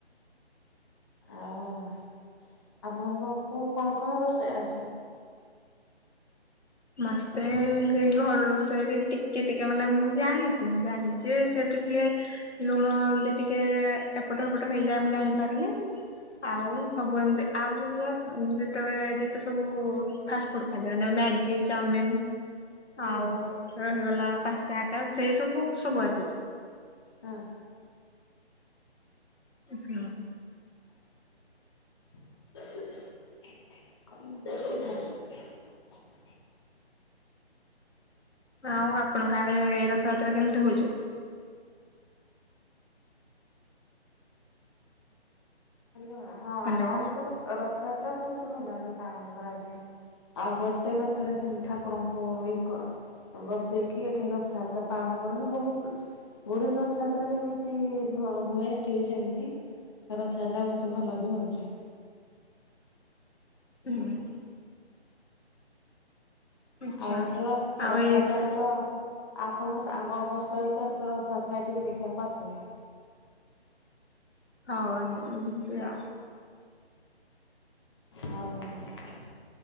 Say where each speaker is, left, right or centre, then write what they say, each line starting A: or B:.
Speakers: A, on the left (about 25°); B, on the left (about 85°).
A: ଆଉ ଆପଣଙ୍କ କୁ କଣ କଣ ରୋଷେଇ ଆସେ?
B: ମତେ ଏଇ ଘର ରୋଷେଇରେ ଟିକେ ଟିକେ ମାନେ ମୁଁ ଜାଣିଛି ମୁଁ ଜାଣି ଯେ ସେଠୁ ଟିକେ ଲୁଣ ହଳଦୀ ଟିକେ ଏପଟ ହେପଟ ହେଇଯାଏ ମୁଁ ଜାଣିପାରୁନି। ଆଉ ସବୁ ଏମିତି ଆଉ <unintelligible> ତେବେ ଯେତେ ସବୁ ଫାଷ୍ଟ ଫୁଡ ଖାଇଦେବା ଯୋଉ ମ୍ୟାଗି ଚାଉମିିନ
A: ହଁ
B: ଆଉ ରହିଗଲା ପାଞ୍ଚଟା ଆକାଶ ସେଇ ସବୁ ସବୁ ଆସିଚି।
A: ହଁ।
B: ଆା
A: <inaudible> କହିବିଧ
B: ଆଉ ଆପଣ ଗାଁରେ ରଥଯାତ୍ରା କେମିତି ହଉଚି?
A: ହାଲୋ ହଁ
B: ହ୍ୟାଲୋ
A: ଆମର ତ ରଥଯାତ୍ରା ବହୁତ ଭଲ ଭାବରେ ପାଳନ କରାଯାଏ। ଆଉ ଗୋଟେ ରଥରେ ତିନି ଠାକୁରଙ୍କୁ ଇଏ କଣ ବସେଇକି ଏଠି ରଥଯାତ୍ରା ପାଳନ କରନ୍ତି, ବହୁତ ପୁରୀ ରଥଯାତ୍ରା ଯେମିତି ହବ ହୁଏ ଏଠି ବି ସେମିତି। କାର ରଥାଯାତ୍ରା ବହୁତ ଭଲ ବି ହଉଛି।
B: ହୁଁ। ଆଚ୍ଛା
A: ଆଉ ଏଥରକ
B: ଆଉ
A: ର-ରଥଯାତ୍ରା
B: ଏଇଥର
A: ଏଥରକ ଆପଣଙ୍କ ସାଙ୍ଗଙ୍କ ସହିତ ଏଥର ରଥଯାତ୍ରା ଏଠିକି ଦେଖିବାକୁ ଆସିବେ।
B: ହଉନି ଯିବି ଆଉ।
A: ହଉ।